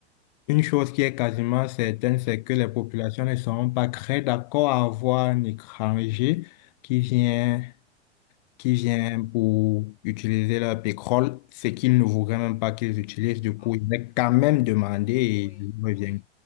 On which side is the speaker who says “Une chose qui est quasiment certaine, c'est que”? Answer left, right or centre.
Left